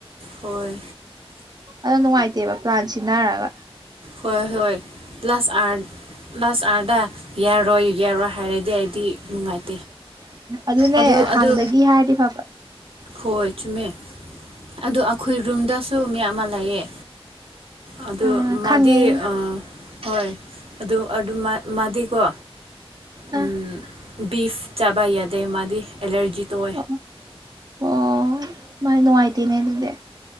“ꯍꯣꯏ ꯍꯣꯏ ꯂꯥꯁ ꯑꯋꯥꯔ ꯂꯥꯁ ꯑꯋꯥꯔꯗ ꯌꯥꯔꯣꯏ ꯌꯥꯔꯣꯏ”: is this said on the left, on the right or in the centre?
Right